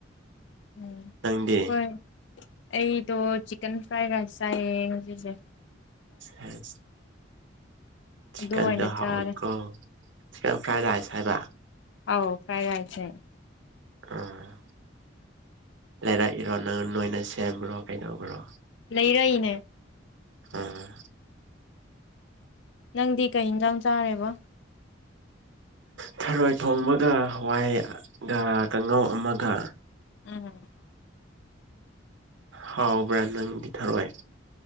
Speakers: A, on the left (about 65°); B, on the right (about 70°).
A: ꯎꯝ
B: ꯅꯪꯗꯦ
A: ꯍꯣꯏ ꯑꯩꯗꯣ ꯆꯤꯛꯀꯟ ꯐ꯭ꯔꯥꯏ ꯔꯥꯏꯁ ꯆꯥꯏꯌꯦ ꯍꯧꯖꯤꯛꯁꯦ
B: ꯑ ꯆꯤꯛꯀꯟꯗꯣ
A: ꯑꯗꯨ ꯑꯣꯏꯅ
B: ꯍꯥꯎꯋꯤꯀꯣ
A: ꯆꯥꯔꯦ
B: ꯆꯤꯛꯀꯟ ꯐ꯭ꯔꯥꯏ ꯔꯥꯏꯁ ꯍꯥꯏꯕ
A: ꯑꯣ ꯀꯥꯏ ꯌꯥꯥꯏꯆ
B: ꯑꯣ ꯂꯩꯔꯛꯏꯔꯣ ꯅꯪ ꯅꯣꯏꯅ ꯁꯦꯝꯕ꯭ꯔꯣ ꯀꯩꯗꯧꯕ꯭ꯔꯣ
A: ꯂꯩꯔꯛꯏꯅꯦ
B: ꯑꯝ
A: ꯅꯪꯗꯤ ꯀꯩ ꯌꯦꯟꯖꯥꯡ ꯆꯥꯔꯦꯕ
B: ꯊꯔꯣꯏ ꯊꯣꯡꯕꯒ ꯍꯋꯥꯏꯒ ꯀꯥꯡꯉꯧ ꯑꯃꯒ
A: ꯎꯝ
B: ꯍꯥꯎꯕ꯭ꯔꯥ ꯅꯪꯗꯤ ꯊꯔꯣꯏꯏ